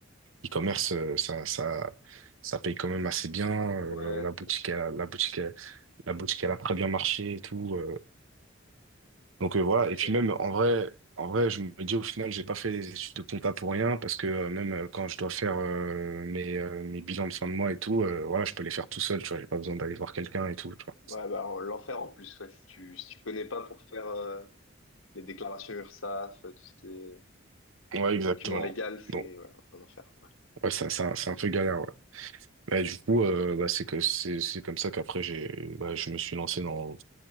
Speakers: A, on the right; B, on the left.
A: e-commerce, euh, ça, ça, ça paye quand même assez bien. euh,
B: Ouais,
A: la boutique,
B: ok,
A: elle a- la boutique, elle- la boutique, elle a très bien marché et tout. euh. Donc euh, voilà.
B: ok.
A: Et puis même en vrai, en vrai, je me dis au final, j'ai pas fait les études de compta pour rien parce que euh, même euh, quand je dois faire euh, mes, euh, mes bilans de fin de mois et tout, euh, voilà, je peux les faire tout seul. Tu vois, j'ai pas besoin d'aller voir quelqu'un et tout. Tu vois.
B: Ouais, bah, en- l'enfer en plus, ouais, si tu, si tu connais pas pour faire, euh, les déclarations URSSAF, euh, tout ce qui est
A: Ouais, exactement.
B: document légal, c'est
A: Bon,
B: ouais, un enfer. ouais.
A: ouais, ça, ça, c'est un peu galère. Ouais. Mais du coup,
B: Ok.
A: euh, bah, c'est que c'est c'est comme ça qu'après j'ai, bah, je me suis lancé dans